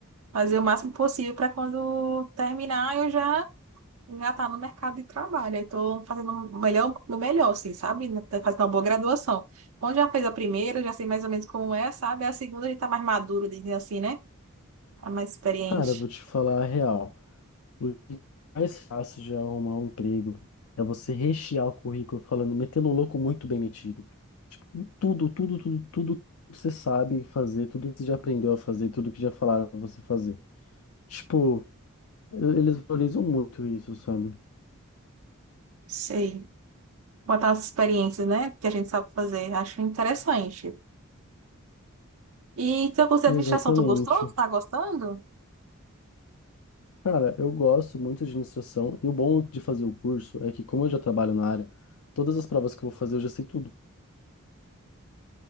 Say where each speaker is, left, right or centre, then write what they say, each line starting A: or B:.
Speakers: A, on the right; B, on the left.
A: Fazer o máximo possível para quando terminar eu já engatar no mercado de trabalho. Estou fazendo o melhor, o melhor, assim, sabe? Tô Fazendo uma boa graduação. Onde já fez a primeira, já sei mais ou menos como é, sabe? A segunda a gente tá mais maduro, dizendo assim, né? Tá mais experiente.
B: Cara, eu vou te falar a real. O que é mais fácil de arrumar um emprego é você rechear o currículo falando, metendo o louco muito bem metido. Tipo, tudo, tudo, tudo, tudo que você sabe fazer, tudo que você já aprendeu a fazer, tudo que já falaram pra você fazer. Tipo, eles valorizam muito isso, sabe?
A: Sei. Botar as experiências, né? Que a gente sabe fazer. Acho interessante. E teu curso de
B: Exatamente.
A: administração, tu gostou? Tu tá gostando?
B: Cara, eu gosto muito de administração e o bom de fazer o curso é que, como eu já trabalho na área, todas as provas que eu vou fazer eu já sei tudo.